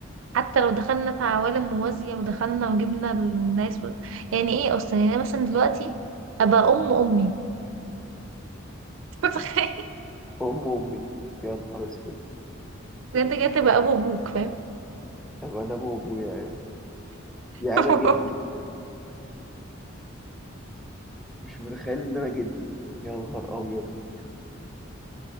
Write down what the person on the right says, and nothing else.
حتى لو دخلنا في عوالم موازية ودخلنا وجبنا الناس و... يعني ايه اصلا يعني انا مثلا دلوقتي ابقى ام امي <laughs> متخيل
إن انت جاي تبقى ابو ابوك فاهم
<laughs>